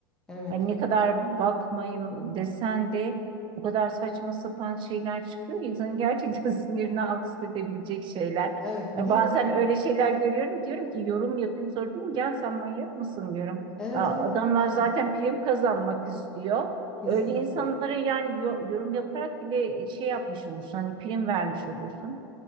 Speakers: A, in the centre; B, on the right (about 40°).
A: evet.
B: Hani ne kadar bakmayayım desen de o kadar saçma sapan şeyler çıkıyor. İnsanın gerçekten <laughs> sinirini alt üst edebilecek şeyler.
A: Evet bir
B: Yani
A: de
B: bazen öyle şeyler görüyorum diyorum ki yorum yapayım sonra diyorum gel sen manyak mısın diyorum.
A: evet
B: Aa,
A: evet
B: Adamlar
A: aynen
B: zaten prim kazanmak istiyor.
A: kesinlikle.
B: Öyle insanlara yani yo- yorum yaparak bile şey yapmış olursun hani prim vermiş olursun.